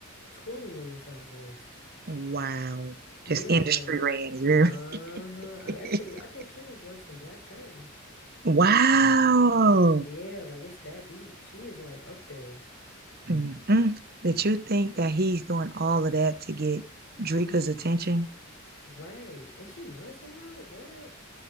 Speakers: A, on the left (about 60°); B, on the right (about 45°).
A: 20 million times worse.
B: wow.
A: Yeah,
B: Just industry
A: like,
B: ran. You
A: uh-huh.
B: hear me?
A: Actually,
B: <laughs>
A: I think she was worse than Black China.
B: Wow.
A: Yeah, like it's that deep. She is like up there.
B: Mm-mm. That you think that he's doing all of that to get Drika's attention?
A: Right. And she Muslim now? What?